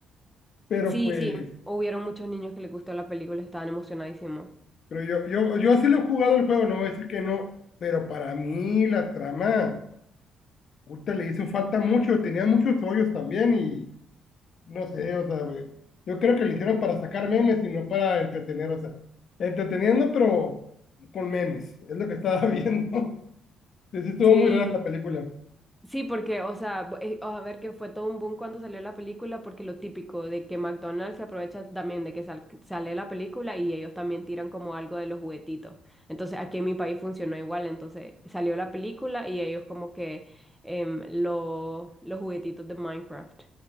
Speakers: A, on the left; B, in the centre.
A: pero
B: Sí,
A: pues,
B: sí, hubieron muchos niños que les gustó la película, estaban emocionadísimos.
A: pero yo, yo, yo sí lo he jugado el juego, no voy a decir que no, pero para mí la trama, puta, le hizo falta mucho, tenía muchos hoyos también y no sé, o sea, güey, yo creo que lo hicieron para sacar memes y no para entretener, o sea, entreteniendo, pero con memes, es lo que estaba <laughs> viendo. Sí, sí estuvo
B: Sí,
A: muy rara la película.
B: Sí, porque, o sea, bu- eh, a ver que fue todo un boom cuando salió la película, porque lo típico de que McDonald's se aprovecha también de que sal- sale la película y ellos también tiran como algo de los juguetitos. Entonces, aquí en mi país funcionó igual, entonces salió la película y ellos como que em, lo- los juguetitos de Minecraft.